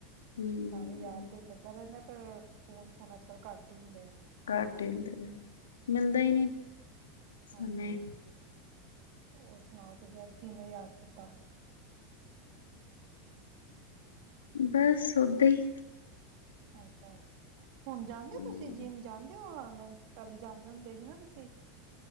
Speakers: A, on the left (about 75°); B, on the right (about 55°).
A: ਹਮ
B: ਭਾਵੇਂ ਯਾਦ ਕੋਈ ਕਰਦਾ ਰਹਿੰਦਾ ਪਰ ਫੋਨ ਫਾਨ ਅੱਜਕੱਲ੍ਹ ਘੱਟ ਹੀ ਹੁੰਦੇ ਆ।
A: ਘੱਟ ਈ ਹੁੰਦੇ ਆ। ਮਿਲਦਾ ਹੀ ਨਹੀਂ, ਸਮੇ।
B: ਹਾਂਜੀ-ਹਾਂਜੀ ਹੋਰ ਸੁਣਾਓ ਤੁਸੀਂ ਅੱਜ ਕਿਵੇਂ ਯਾਦ ਕੀਤਾ।
A: ਬਸ ਓਦਾਂ ਹੀ।
B: ਅੱਛਾ-ਅੱਛਾ। ਹੁਣ ਜਾਂਦੇ
A: ਹਮ।
B: ਹੋ ਤੁਸੀਂ ਜਿੰਮ ਜਾਂਦੇ ਹੋ। ਹੁਣ ਪਹਿਲੇ ਜਾਂਦੇ ਹੁੰਦੇ ਸੀ ਨਾ ਤੁਸੀਂ।